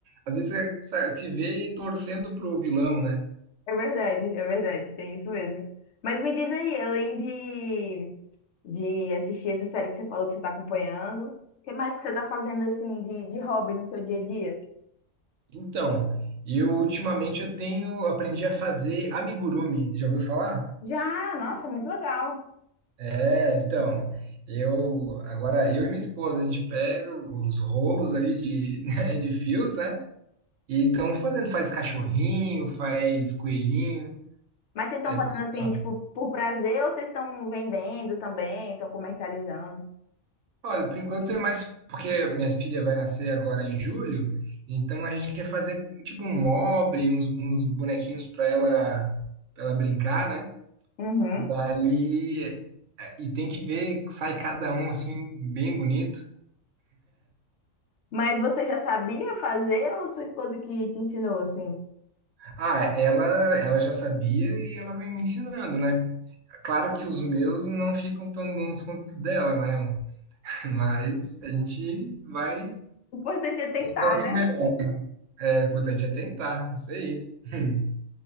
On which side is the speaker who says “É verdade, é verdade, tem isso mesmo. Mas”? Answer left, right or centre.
Left